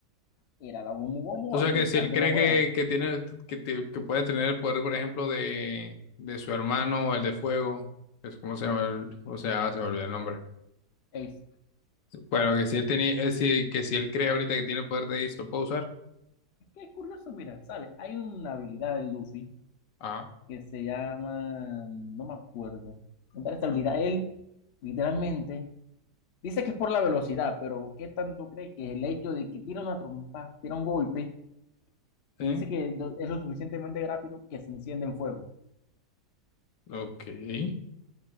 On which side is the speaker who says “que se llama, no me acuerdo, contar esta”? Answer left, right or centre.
Left